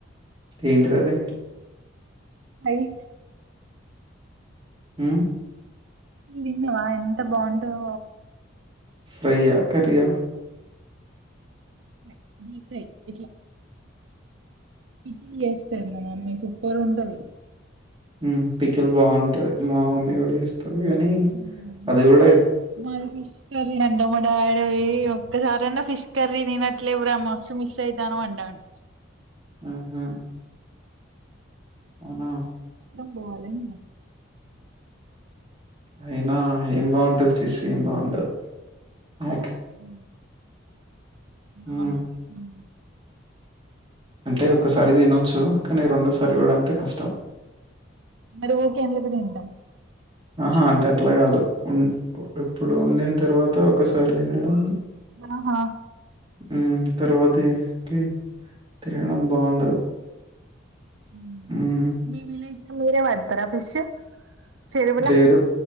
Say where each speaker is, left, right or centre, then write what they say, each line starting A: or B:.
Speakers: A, on the right; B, on the right.
A: ఏంటిది ఆది
B: అయి
A: ఊ
B: విన్నవా ఎంత బాగుంటధో
A: ఫ్రై యా కర్రీ ఆ
B: ప్రై డీప్ ఫ్రై ఇట్లా పికిల్ చేస్తాది మా మమ్మీ సూపర్ ఉంటది
A: ఉ పికిల్ బాగుంటది మా మమ్మీ కూడా చేస్త ఉ
B: హ్మ్
A: అది కూడా
B: మాది ఫిష్ కర్రి అండి మా డాడి ఒక్కసారైనా ఫిష్ కర్రీ తీనాట్లే వూర మస్తు మిస్ ఇతన్నావ్ అన్నాడు
A: ఉహు అవునా
B: బాలేను
A: అయినా ఏం బాగుంటది ఫిష్ ఏం బాగుండాదు యాక్
B: ఉ
A: హ్మ్
B: నార్మల్ ఉ
A: అంటే ఒక్కసారి తినొచ్చు కానీ రెండోసారి కూడా అంటే కష్టం
B: మరి ఊకే ఎందుకు తిను
A: ఆహా అంటే అట్లా కాదు ఉన్ ఇప్పుడు వండిన తర్వాత ఒకసారి తినడం
B: ఆహా
A: ఉ తర్వాతికి తినడం బాగుండదు
B: ఉ
A: హ్మ్
B: మీ విలేజ లో మీరే పడతారా ఫిష్ చెరువుల
A: లేదు